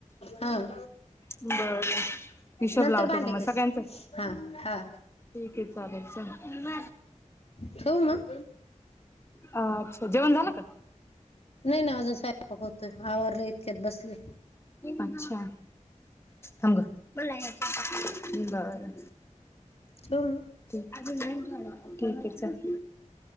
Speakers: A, on the left; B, on the left.
A: हां.
B: बर हिशोब
A: नंतर
B: लावते
A: भांडे
B: का मग
A: घस
B: सगळ्यांच
A: हा हा.
B: ठीक आहे चालेल चल
A: ठेवू मग?
B: अच्छा जेवण झालं का
A: ते ना अजून स्वयंपक होतोय आवारलो इतक्यात बसले.
B: अच्छा थांब गं बरं.
A: ठेवू मग
B: ते ठीक आहे चल.